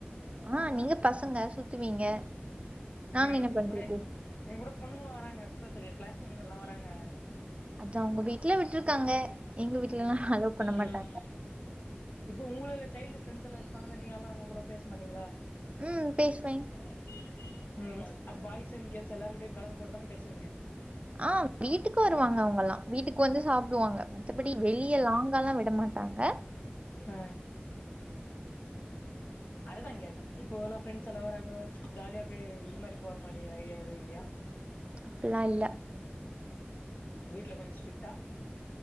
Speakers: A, on the right; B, on the left.
A: ஆ நீங்க பசங்க சுத்துவீங்க
B: ஏங்க
A: நாங்க என்ன
B: எங்க
A: பண்றது
B: கூட எங்க கூட பொண்ணுங்களு வராங்க சுத்தர்துக்கு க்ளாஸ் பொண்ணுங்கல்லா வராங்க
A: அது அவங்க வீட்ல விட்ருக்காங்க எங்க வீட்லல்லா அலோ பண்ண
B: ம்
A: மாட்டாங்க
B: இப்போ உங்களுக்கு ச்சைல்டு ஃப்ரண்ட்ஸ் எல்லா இருப்பாங்க நீங்கல்லா அவங்க கூட பேச மாட்டீங்களா
A: ம் பேசுவே
B: <inaudible> ம் அ பாய்ஸ் அண்ட் கேர்ள்ஸ் எல்லாருகிட்டயு கலந்து போட்டுதான பேசுவீங்க
A: ஆ வீட்டுக்கு வருவாங்க அவங்கல்லா வீட்டுக்கு வந்து சாப்டுவாங்க மத்தபடி வெளிய லாங் அங்கேலா விட மாட்டாங்க
B: அ அதுதா கேட்ட இப்போ எல்லா ஃப்ரெண்ட்ஸ் எல்லா வராங்க ஜாலிய அப்டி இது மாரி போர மாரி ஐடியா எதுவு இல்லையா
A: அப்பில்லா இல்ல
B: உங்க வீட்ல கொஞ்சோ ஸ்ட்ரிக்ட் ஆ